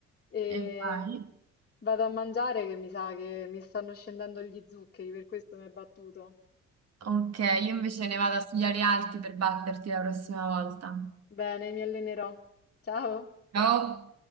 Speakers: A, on the left (about 35°); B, on the right (about 55°).
A: E
B: E vai.
A: vado a mangiare che mi sa che mi stanno scendendo gli zuccheri, per questo mi hai battuto.
B: Ok, io invece ne vado a studiare altri per batterti la prossima volta.
A: Bene, mi allenerò. Ciao!
B: Ciao!